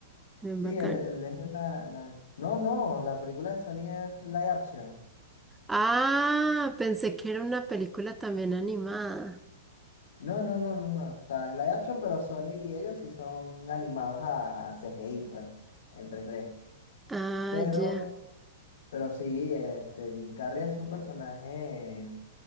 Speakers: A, in the centre; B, on the left.
A: Bien
B: Sí,
A: bacán.
B: el el es la, la... No, no, la película de Sony es live action.
A: Ah, pensé que era una película también animada.
B: No, no, no, no, no. O sea, es live action, pero Sony y ellos sí son animados a, a CGI, pues, en tres d
A: Ah,
B: Pero,
A: ya.
B: pero sí, este, Jim Carrey es un personaje,